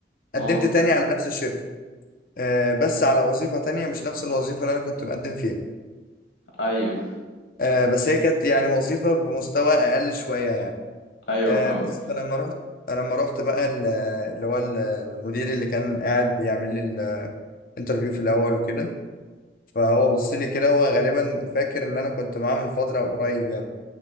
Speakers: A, on the left; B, on the left.
A: قدمت
B: اه
A: تاني على نفس الشركة أه بس على وظيفة تانية مش نفس الوظيفة اللي انا كنت مقدم فيها
B: ايوه
A: أه بس هي كانت يعني وظيفة بمستوى اقل شوية يعني
B: ايوه
A: أه
B: فاهمك
A: بس فلما رحت لما رحت بقى ال- اللي هو ال- المدير اللي كان قاعد بيعمل لي الانترفيو في الاول وكده فهو بص لي كده هو غالبا فاكر ان انا كنت معاه من فترة قريب يعني